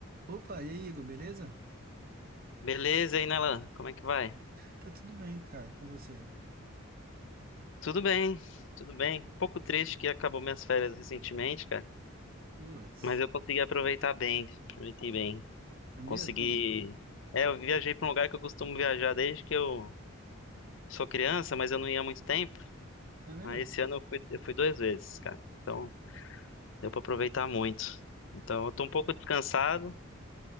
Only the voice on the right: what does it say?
Opa, e aí, Igor, beleza?
Tá tudo bem, cara, com você?
Putz,
é mesmo?
Cons-
É mesmo?